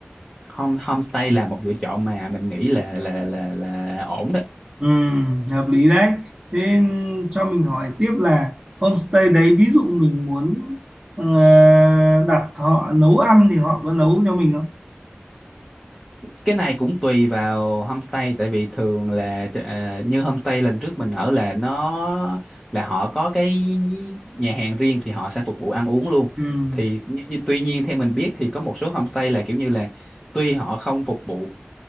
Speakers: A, in the centre; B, on the right.
A: home homestay là một lựa chọn mà mình nghĩ là là là là ổn đó
B: Ừ, hợp lý đấy. Thế cho mình hỏi tiếp là homestay đấy ví dụ mình muốn ờ, đặt họ nấu ăn thì họ có nấu cho mình không?
A: cái này cũng tùy vào homestay tại vì thường là ờ, như homestay lần trước mình ở là nó là họ có cái nhà hàng riêng thì họ sẽ phục vụ ăn uống luôn
B: Ừ,
A: thì như, như- tuy nhiên theo mình biết thì có một số homestay là kiểu như là tuy họ không phục vụ